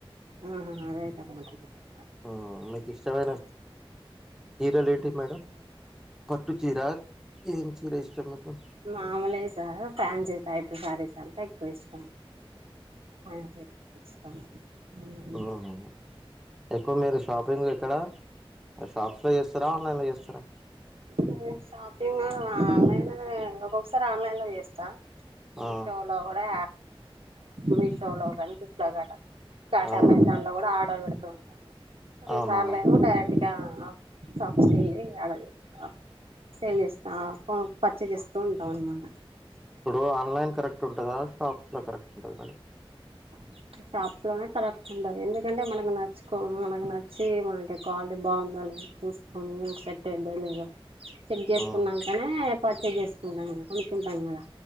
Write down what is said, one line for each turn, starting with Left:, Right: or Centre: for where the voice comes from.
Right: ఆహా రేటు <unintelligible>
Centre: ఆ మీకు ఇష్టమైన చీరలు ఏంటి మేడం పట్టుచీర ఏం చీరా ఇష్టం మీకు
Right: మామూలే సార్ ఫ్యాన్సీ టైప్ శారీస్ అంటే ఎక్కువ ఇష్టం <unintelligible> ఉమ్
Centre: ఓహో ఎక్కువ మీరు షాపింగ్ ఎక్కడ షాప్స్‌లో చేస్తారా ఆన్లైన్‌లో చేస్తారా
Right: నేను షాపింగ్ ఆన్లైన్ ఒక్కొక్కసారి ఆన్లైన్‌లో చేస్తా మీషోలో
Centre: ఆ
Right: కూ డా మీషోలో గాని ఫ్లిప్కార్టా ఫ్లిప్కార్ట్
Centre: ఆ
Right: అమెజాన్ ట్లో కూడా ఆర్డర్ పెడుతూ ఉంటాను కొన్ని
Centre: అవునవునా
Right: సార్లు ఏమో డైరెక్ట్‌గా షాప్స్‌కి ఎళ్లి ఆడ ఆ సేల్ చేస్తా ఆ కొను పచ్చేస్ చేస్తూ ఉంటాం అనమాట
Centre: ఇప్పుడు ఆన్లైన్ కరెక్ట్ ఉంటాదా షాప్స్‌లో కరెక్ట్ ఉంటాదా మేడం
Right: <inaudible> షాప్స్‌లోనే కరెక్ట్ ఉంటది ఎందుకంటే మనకు నచ్చుకో మనకు నచ్చి మనకి క్వాలిటీ బాగుందా లేదా చూస్ కొని సెట్ అయ్యిదో లేదో చెక్ చేసుకున్నాంకనే
Centre: మ్మ్
Right: పర్చేస్ చేసుకుంటాంగా కొనుక్కుంటాం కదా